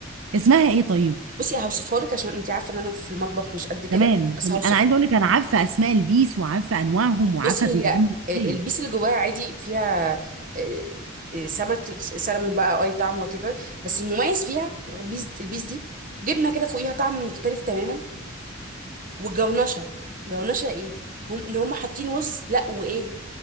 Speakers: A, on the right (about 80°); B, on the right (about 45°).
A: اسمها ايه طيب
B: بصي هوصفها لك عشان انت عارفه ان انا في المطبخ مش قد كده
A: تمام
B: بس
A: تمام
B: هوصفها
A: انا عايزه اقول لك انا عارفه اسماء البيس وعارفه انواعهم وعارفه
B: بصي
A: بيتعمل
B: هي آه،
A: ازاي
B: البيس اللي جواها عادي فيها آه، آه، سمك سلمون بقى أو اي طعم وات ايفر، بس المميز فيها البيس البيس دي جبنه كده فوقيها طعم مختلف تماما والجونشه جونشه ايه هم ان هم حاطين رز لا وايه